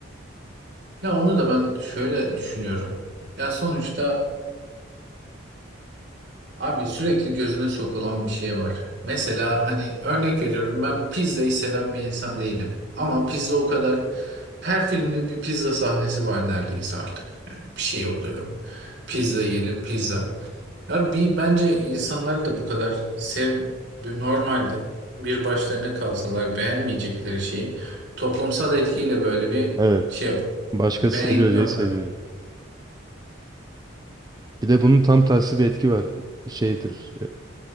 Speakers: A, on the right; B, on the right.
A: Ya onu da ben şöyle düşünüyorum. Ya sonuçta Abi sürekli gözüne sokulan bir şey var. Mesela hani örnek veriyorum ben pizzayı seven bir insan değilim. Ama pizza o kadar her filmde bir pizza sahnesi var neredeyse artık. Yani bir şey oluyor. Pizza yiyelim pizza. Ya bir bence insanlar da bu kadar sev normalde bir başlarına kalsalar beğenmeyecekleri şeyi toplumsal etkiyle böyle bir
B: Evet.
A: şey yap
B: Başkası
A: beğeniyorlar.
B: seviyor diye seviyor.
A: <laughs>
B: Bir de bunun tam tersi bir etki var. Şeydir.